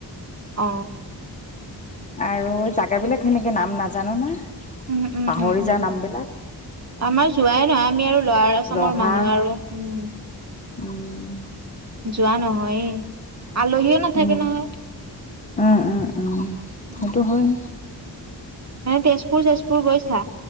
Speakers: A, on the right (about 40°); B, on the left (about 20°).
A: অ
B: আৰু জাগাবিলাক সেনেকে নাম নাজানো নহয়
A: উম উম
B: পাহৰি
A: উম উম
B: যাও নাম বিলাক।
A: আমাৰ যোৱাই নহয় আমি আৰু লৱাৰ আচামৰ
B: ৰহা
A: মানুহ আৰু উম'।
B: উম'।
A: যোৱা নহয়েই। আলহীও নাথাকে
B: উম,
A: নহয়
B: উম, উম, উম,
A: উম-উম।
B: সেইটো হয়।
A: এ তেজপুৰ-চেজপুৰ গৈছা।